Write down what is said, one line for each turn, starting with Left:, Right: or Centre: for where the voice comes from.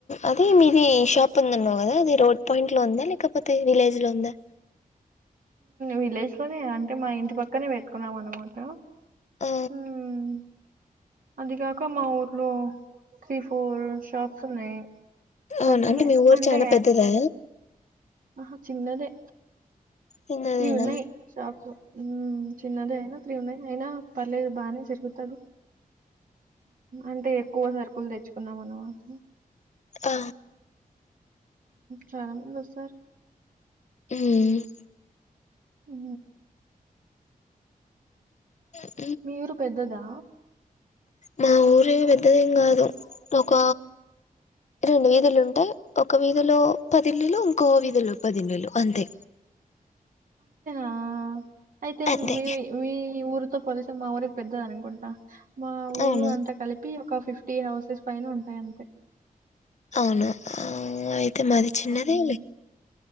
Left: అదిమీది షాప్ ఉందన్నావు కదా అది రోడ్ పాయింట్లో ఉందా లేకపోతే విలేజ్లో ఉందా
Right: విలేజ్లోనే అంటే మా ఇంటి పక్కనే పెట్టుకున్నాం అన్నమాట.
Left: ఆ
Right: మ్ అదిగాక మా ఊర్లో త్రీ ఫోర్ షాప్స్ ఉన్నయి.
Left: అవునా
Right: తక్కువే
Left: మీ ఊరు
Right: అంటే
Left: చాలా పెద్దదా
Right: అహ చిన్నదే.
Left: చిన్నదేనా
Right: త్రీ ఉన్నయి షాప్స్ చిన్నదే అయిన త్రీ ఉన్నయి అయినా పర్లేదు బాగానే జరుగుతది అంటే ఎక్కువ సర్ కుల్ తెచ్చుకున్నాం అన్నమాట.
Left: ఆ
Right: చాలా మంది వస్తార్
Left: హ్మ్
Right: ఉ
Left: ఇే
Right: మీ ఊరు పెద్దదా
Left: మా ఊరు పెద్దదేం కాదు ఒక రెండు వీధులుంటయి. ఒక వీధిలో పదిళ్ళులు ఇంకో వీదిలో పదిళ్ళులు అంతే
Right: ఆ అయితే
Left: అంతే
Right: మీ మీ ఊరితో పోలిస్తే మా ఊరే పెద్దది అనుకుంటా మా ఊరు
Left: అవునా
Right: అంతా కల్పి ఒక ఫిఫ్టీ హౌసెస్ పైన ఉంటయి అంతే
Left: అవును ఆ అయితే మాది చిన్నదేలె
Right: హ్మ్.